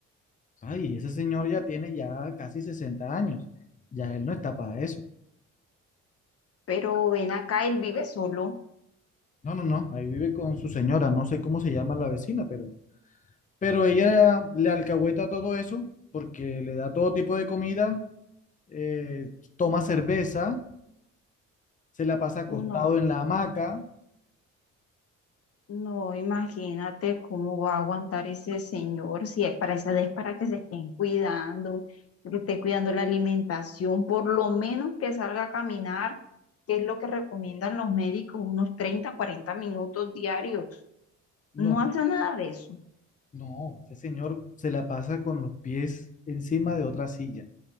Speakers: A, on the left; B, on the left.
A: Ay, ese señor ya tiene ya casi 60 años. Ya él no está para eso.
B: Pero ven acá, él vive solo.
A: No, no, no. Ahí vive con su señora. No sé cómo se llama la vecina, pero, pero ella le alcahueta todo eso porque le da todo tipo de comida, eh, toma cerveza, se la pasa acostado
B: No,
A: en la hamaca.
B: no, imagínate cómo va a aguantar ese señor si es para esa edad es para que se estén cuidando, que esté cuidando la alimentación, por lo menos que salga a caminar, que es lo que recomiendan los médicos, unos 30, 40 minutos diarios.
A: No,
B: No hace nada de eso.
A: no, ese señor se la pasa con los pies encima de otra silla.